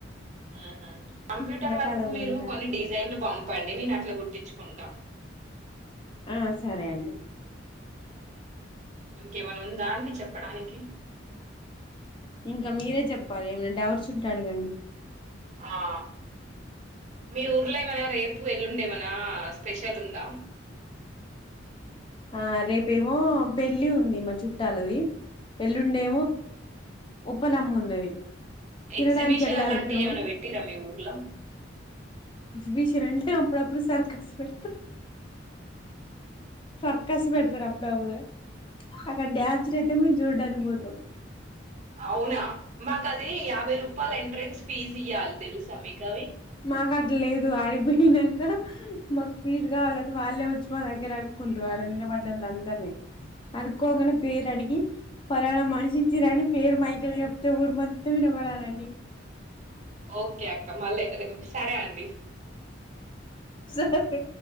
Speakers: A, on the right; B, on the left.
A: ఆహా కంప్యూటర్
B: ఎండాకాలంలో
A: వర్క్ మీరు
B: ఉందా
A: కొన్ని డిజైన్లు పంప చెప్పండి నేను అట్లా గుట్టించుకుంటా
B: ఆ సరే అండి
A: ఇంకేమనా ఉందా అండి చెప్పడానికి
B: ఇంకా మీరే చెప్పాలి ఏమైనా డౌట్స్ ఉంటే అడగండి
A: ఆ మీ ఊర్లో ఏమనా రేపు ఎల్లుండే ఏమనా స్పెషల్ ఉందా
B: ఆ రేపేమో పెళ్లి ఉంది మా చుట్టాలది ఎల్లుండి ఉప్పలమ్ము ఉన్నది తినడానికి
A: ఎగ్జిబిషన్
B: వెళ్ళాలి
A: అలాంటివి
B: మేము
A: ఏమైనా పెట్టిరా మీ ఊరిల
B: బీషనంటే అప్పుడుప్పుడు సర్కస్ పెడుతరు సర్కస్ పెడతారు అప్పుడప్పుడు అక్కడ డ్యాన్స్ర్ అయితే మేము చూడ్డానికి పోతాం
A: అవునా మాకు అది యాభై రూపాయల ఎంట్రన్స్ ఫీజ్ ఇయ్యాలి తెలుసా మీకవి
B: మాకు అట్ లేదు ఆడిపోయినాక మాకు ఫీజు కావాలంటని వాళ్ళే వచ్చి మా దగ్గర అడుకుంటారు అలా వినబడ్డళ్ళ అందరినీ అడుకోగానే పేరు అడిగి పలానా మనిషి తిరని పేరు మైకలు చెప్తే ఊరు మత్తం వినబడాలండి
A: ఓకే అక్క మళ్ళీ సరే అండి
B: సరే